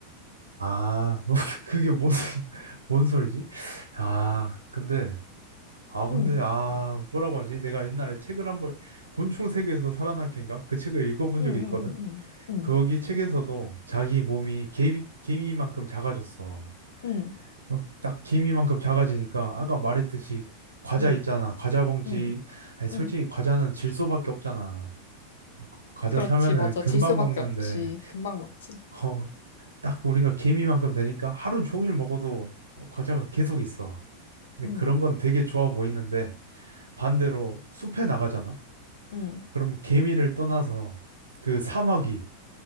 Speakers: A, on the right; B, on the left.
A: 아, <laughs> 그게 무슨, 뭔 소리지? 아, 근데, 아, 근데,
B: 응,
A: 아, 뭐라고 하지? 내가 옛날에 책을 한 번, 곤충 세계에서 살아남기인가? 그 책을 읽어본
B: 응,
A: 적이
B: 응,
A: 있거든?
B: 응, 응,
A: 거기 책에서도 자기 몸이 개미, 개미만큼 작아졌어.
B: 응,
A: 어, 딱 개미만큼 작아지니까 아까 말했듯이 과자
B: 응,
A: 있잖아. 과자 봉지.
B: 응,
A: 아니, 솔직히
B: 응.
A: 과자는 질소밖에 없잖아. 과자
B: 그렇지,
A: 사면은
B: 맞아.
A: 금방
B: 질 수밖에
A: 먹는데
B: 없지. 금방 먹지.
A: 어, 딱 우리가 개미만큼 되니까 하루 종일 먹어도 어, 과자가 계속 있어. 근데
B: 응,
A: 그런 건 되게 좋아 보이는데 반대로 숲에 나가잖아.
B: 응.
A: 그럼 개미를 떠나서 그 사마귀